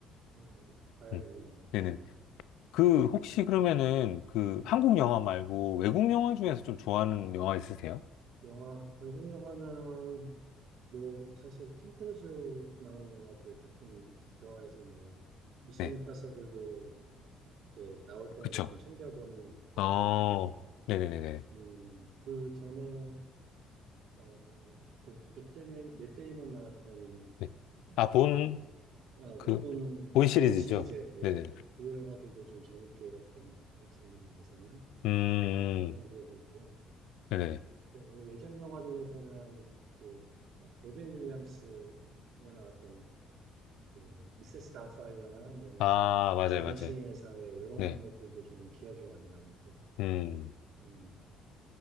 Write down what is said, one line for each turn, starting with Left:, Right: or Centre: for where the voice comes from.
Right: 음, 봐야겠네요.
Left: 음. 네네.
Right: 네,
Left: 그 혹시 그러면은 그 한국
Right: 예.
Left: 영화 말고 외국 영화 중에서 좀 좋아하는 영화 있으세요?
Right: 영화, 외국 영화는, 뭐, 사실, 톰 크루즈 나온 영화들 조금 좋아해서, 뭐, 미션
Left: 네,
Right: 임파서블도, 예, 나올 때마다
Left: 그쵸.
Right: 좀 챙겨보는
Left: 아,
Right: 영화고,
Left: 네네네네.
Right: 음, 그 전에, 어, 그, 맷 데이먼, 맷 데이먼 나왔던,
Left: 네. 아, 본,
Right: 그, 아,
Left: 그,
Right: 그 본,
Left: 본 시리즈죠?
Right: 본 시리즈, 예.
Left: 네네.
Right: 그 영화들도 좀 재밌게 봤던, 역시 영화에서는,
Left: 음,
Right: 그런 기억이 있고요.
Left: 네네.
Right: 그 예전 영화 중에서는 그 로빈 윌리엄스가 나왔던 그 미세스 다우파이어나 뭐
Left: 아, 맞아요,
Right: 죽은
Left: 맞아요.
Right: 시인의 사회 이런
Left: 네.
Right: 것들도 좀 기억에 많이 남고
Left: 음,
Right: 음,